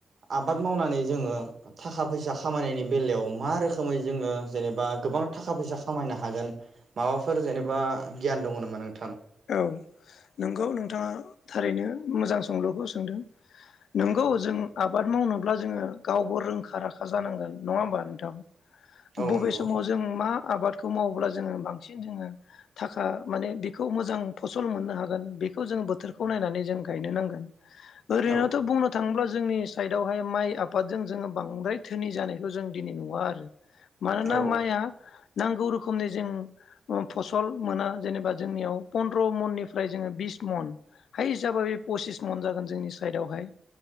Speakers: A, on the right; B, on the left.
A: आबाद मावनानै जोङो थाखा फैसा खामायनायनि बेलायाव मा रोखोमै जोङो जेनेबा गोबां थाखा फैसा खामायनो हागोन माबाफोर जेनेब बा गियान दङ नामा नों-
B: औ नोंगौ नोंथाङा थारैनो। मोजां सोंलुखौ सोंदों। नोंगौ
A: औ
B: जों आबाद मावनां ब्ला जोङो गावबो रोंखा राखा जानांगोन नङा होमबा नोंथां।
A: औ
B: बबे
A: नंगौ
B: समाव जों मा आबादखौ मावोब्ला जोङो बांसिन जोङो थाखा माने बिख मोजां फसल मोननो हागोन बेखौ जों बोथोरखौ नायनानै जों गायनो नांगोन। ओरैनोथ
A: औ
B: बुंनो थाङोब्ला जो जोंनि साइदआवहाय माइ आबादजों जोङो बांद्राय थोनि जानायखौ जों दिनै नुवा आरो। मानोना
A: औ
B: माइआ नांगौ रोखोमनि जों अ फसल मोना जेनेबा जोंनियाव पनद्रमन निफ्राय जोङो बिस मन हाइस हिसाबै पसिस मन जागोन जोंनि साइदावहाय।